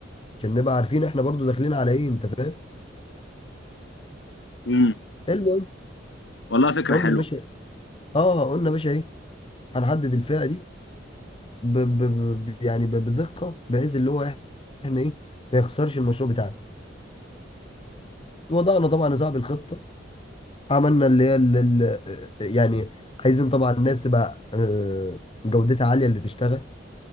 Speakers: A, on the left (about 30°); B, on the left (about 65°).
A: عشان نبقى عارفين احنا برضو داخلين على ايه انت فاهم
B: امم
A: المهم
B: والله فكره
A: قلنا
B: حلوه
A: يا باشا اه قلنا يا باشا ايه هنحدد الفئه دي ب... ب... ب... يعني ب... بدقه بحيث اللي هو إيه، احنا ايه ما يخسرش المشروع بتاعنا وضعنا طبعا يا صاحبي الخطه عملنا اللي هي ال... ال... يعني عايزين طبعا الناس تبقى آه، جودتها عاليه اللي تشتغل